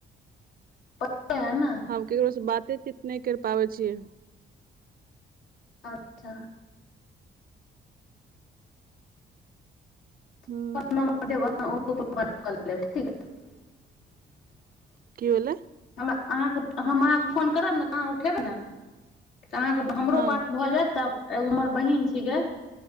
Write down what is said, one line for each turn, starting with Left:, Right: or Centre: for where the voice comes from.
Left: है ने
Right: हमे ककरोसँ बाते चीत नहि कर पाबै छियै
Left: अच्छा
Right: हू
Left: फोन नम्बर देब ओब ठ
Right: की भेलैय
Left: अहाँके हम अहाँकेँ फोन करब ने तऽ अहाँ उठेब ने तऽ अहाँके हमरो
Right: हँ
Left: बात भऽ जायत तब एगो हममर बहन छिके